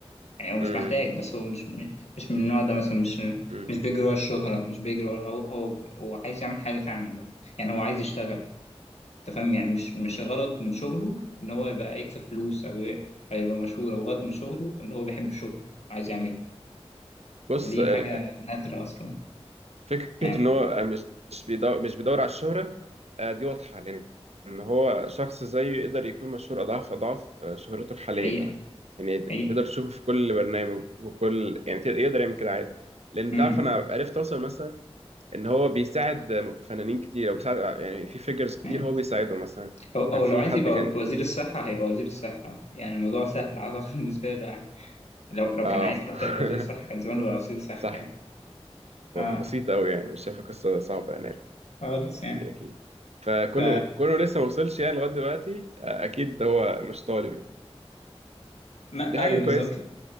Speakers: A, on the left; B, on the right.
A: يعني هو مش
B: امم
A: محتاج بس هو مش مش من النوع ده مثلا مش
B: امم
A: مش بيجري ورا الشهرة مش بيجري ورا هو هو هو عايز يعمل حاجة فعلا بس يعني هو عايز يشتغل انت فاهم يعني مش مش غرض من شغله ان هو يبقى يكسب فلوس او ي- او يبقى مشهور او غرض من شغله ان هو بيحب شغله عايز يعمله
B: بص
A: فدي
B: ال-
A: حاجة نادرة أصلا
B: فكرة
A: يعني
B: إن هو مش مش بيدور مش بيدور على الشهرة آه، دي واضحة لأن إن هو شخص زيه يقدر يكون مشهور أضعاف أضعاف آه، شهرته الحالية
A: حقيقة
B: كمان يعني تقدر
A: حقيقة
B: تشوفه في كل برنامج وكل يعني تقدر- يقدر يعمل كده عادي لأن
A: امم
B: تعرف أنا عرفت أوصل مثلا ان هو بيساعد فنانين كتير او بيساعد يعني في فيجرز كتير
A: أي.
B: هو بيساعدهم مثلا
A: أو أو
B: كان في
A: لو عايز
B: حد
A: يبقى
B: كان
A: وزير الصحة هيبقى وزير الصحة يعني الموضوع سهل <laughs> أعتقد بالنسبة له يعني لو لو
B: اه
A: كان عايز حتى
B: <laughs>
A: يبقى وزير الصحة كان زمانه بقى وزير الصحة
B: صح
A: عادي
B: بسيطة
A: اه
B: أوي يعني مش شايفة قصة صعبة يعني
A: خالص يعني
B: أكيد فكونه
A: ف
B: كونه لسه ما وصلش يعني لغاية دلوقتي آه، أكيد هو مش طالب يعني
A: ما
B: دي حاجة
A: أيوه
B: كويسة
A: بالظبط